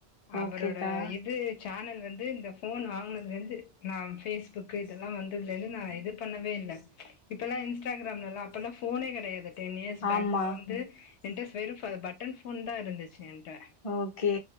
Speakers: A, on the left; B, on the left.
A: அவரோட
B: ஓகேக்கா.
A: இது சேனல் வந்து இந்த போன் வாங்கினதுல இருந்து நா பேஸ்புக் இதெல்லா வந்ததுல இருந்து நா எதிர் பண்ணவே இல்ல இப்பலா இன்ஸ்டாகிராம்லலா அப்பல்லா ஃபோனே கெடையாது டென் இயர்ஸ் பேக்லா
B: ஆமா.
A: வந்து என்கிட்டஸ் வெறு பட்டன் ஃபோன் தா இருந்துச்சு என்ட்ட
B: ஓகே